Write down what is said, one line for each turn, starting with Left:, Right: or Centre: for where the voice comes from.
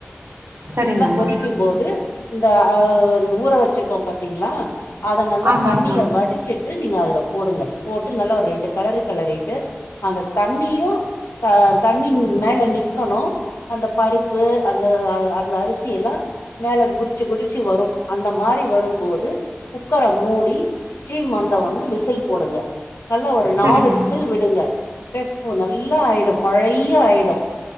Right: சரிங்கம்மா
Left: கொதிக்கும்போது இந்த அ ஊற வச்சிருக்கோம் பாத்தீங்களா அத நல்லா
Right: ஆமாங்கம்மா
Left: தண்ணிய வடி ச்சுட்டு நீங்க அதுல போடுங்க போட்டு நல்லா ஒரு ரெண்டு கலரு கலறிட்டு அந்த தண்ணியு த தண்ணி மேல நிக்கணு அந்த பருப்பு அந்த அந்த அரிசி எல்லாம் மேல குதிச்சு குதிச்சு வரு அந்த மாரி வரும்போது குக்கர மூடி ஸ்ரீ மந்தவன்னு விசில் போடுங்க நல்லா ஒரு
Right: சரிங்கம்மா
Left: நாலு விசில் விடுங்கப் பே பூ நல்லா ஆயிடும் கொழையா ஆயிடும்